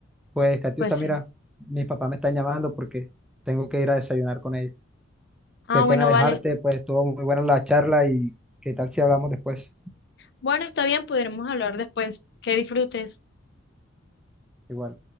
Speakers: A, in the centre; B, on the left (about 55°).
A: Pues, Catiusca,
B: Pues sí.
A: mira, mis papás me están llamando porque tengo que ir a desayunar con ellos.
B: Ah,
A: Qué pena
B: bueno,
A: dejarte,
B: vale.
A: pues estuvo muy buena la charla y qué tal si hablamos después.
B: Bueno, está bien, podremos hablar después. Que disfrutes.
A: Igual.